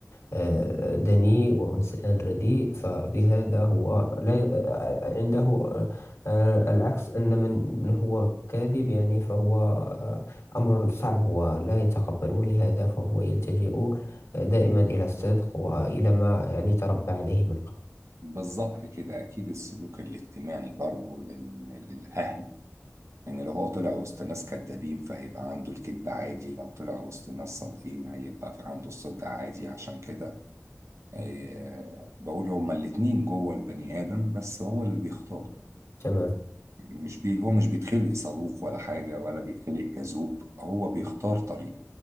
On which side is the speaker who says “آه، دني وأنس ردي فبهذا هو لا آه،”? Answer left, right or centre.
Left